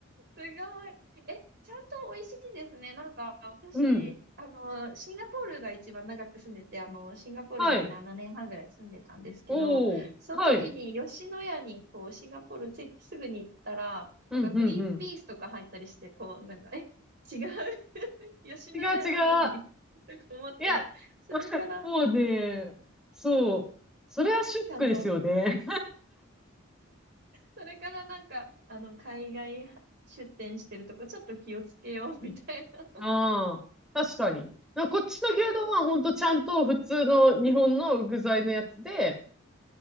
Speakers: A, on the right (about 55°); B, in the centre.
A: すごい。え、ちゃんと美味しいんですね。なんか、私、
B: うん。
A: あの、シンガポールが一番長く住んでて、あの、シンガポールに7年半ぐらい住んでたんですけど、
B: はい。おお、
A: その時に吉野家に、
B: はい。
A: こう、シンガポール着いてすぐに行ったら、
B: うん、
A: なんかグリーンピースとか入ったりして、
B: うん、うん。
A: こう、なんか、え、違う <laughs> 吉野家なのに
B: 違う、違う。
A: <laughs> とか思って、
B: いや、
A: それから、
B: <laughs> もうね、そう。それはショックですよね。
A: ちゃんと、それからなんか、あの、海外出店してるとこ、ちょっと気をつけようみたいな。
B: <laughs> ああ、確かに。なこっちの牛丼はほんとちゃんと普通の日本の具材のやつで、
A: えー